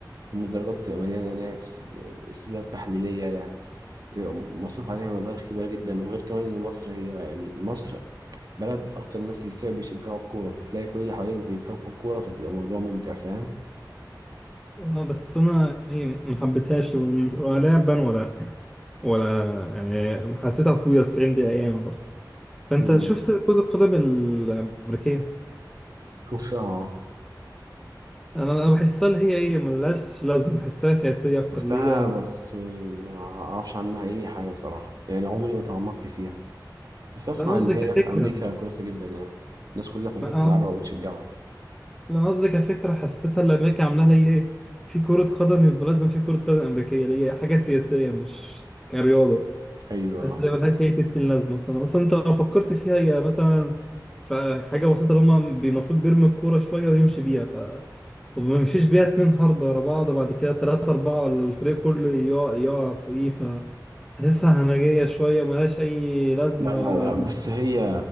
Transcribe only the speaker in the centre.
اه بس انا يعني ما حبيتهاش ولا بان ولا ولا يعني حسيتها طويلة 90 دقيقة ايام برضه فانت
شفت كرة القدم الأمريكية
انا انا بحسها اللي هي ايه ملهاش لازمه بحسها سياسيه اكتر
اللي هي
لا أنا قصدي
كفكرة
لا أنا
لا أنا قصدي كفكرة حسيتها اللي أمريكا عاملاها ليه إيه في كرة قدم يبقى لازم في كرة قدم أمريكية ليه حاجة سياسية مش كرياضة
حاسس إن ملهاش أي ستين لازمة أصلا أصلا أنت لو فكرت فيها هي مثلا في حاجة بسيطة اللي هما بي- المفروض بيرمي الكورة شوية ويمشي بيها ف وما يمشيش بيها اتنين هاردة ورا بعض وبعد كده تلاتة أربعة ولا الفريق كله يقع يقع فوقيه ف حاسسها همجية شوية ملهاش أي لازمة
ولا